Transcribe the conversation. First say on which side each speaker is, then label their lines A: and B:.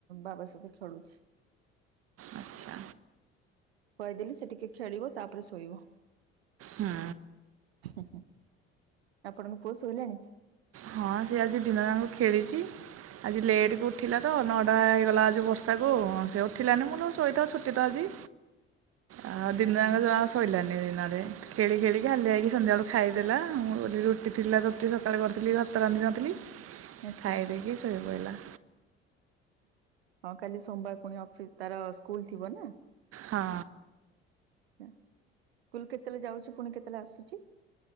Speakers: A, on the right (about 75°); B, on the right (about 45°).
A: ବାବା ସହିତ ଖେଳୁଚି।
B: ଆଚ୍ଛା
A: କହିଦେଲି ସେ ଟିକେ ଖେଳିବ ତାପରେ ଶୋଇବ।
B: ହଁ।
A: ହୁଁ ହୁଁ ଆପଣଙ୍କ ପୁଅ ଶୋଇଲାଣି?
B: ହଁ ସେ ଆଜି ଦିନ ଯାଙ୍କ ଖେଳିଚି। ଆଜି ଲେଟେକୁ ଉଠିଲା ତ ନଅଟା ହେଇଗଲା ଆଜି ବର୍ଷାକୁ ସେ ଉଠିଲାନି ମୁଁ ନହୋଉ ଶୋଇଥା ଛୁଟି ତ ଆଜି।
A: <inaudible>
B: ଆଉ ଦିନଯାଙ୍କ
A: ହୁଁ ହୁଁ
B: ଯାଉ ଶୋଇଲାନି ଦିନରେ ଖେଳି ଖେଳିକି ହାଲିଆହେଇକି ସନ୍ଧ୍ୟାବେଳୁ ଖାଇଦେଲା ମୁଁ ରୁଟି ଥିଲା ରୁଟି ସକାଳେ କରିଥିଲି ଭାତ ରାନ୍ଧିନଥିଲି
A: ଆଚ୍ଛା।
B: ଖାଇ ଦେଇକି ଶୋଇ ପଇଲା।
A: ହଁ କାଲି ସୋମବାର ପୁଣି ଅଫିସ୍ ତାର ସ୍କୁଲ ଥିବ ନା?
B: ହଁ।
A: ଚ୍ଛା ସ୍କୁଲ କେତେବେଳେ ଯାଉଛି ପୁଣି କେତେବେଳେ ଆସୁଛି?